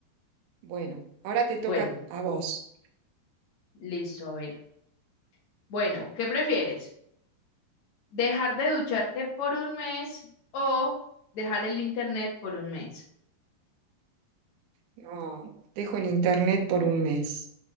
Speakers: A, on the right (about 75°); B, on the left (about 50°).
A: Bueno, ahora te
B: Bueno,
A: toca a vos.
B: listo, a ver. Bueno, ¿qué prefieres? ¿Dejar de ducharte por un mes o dejar el internet por un mes?
A: No, dejo el internet por un mes.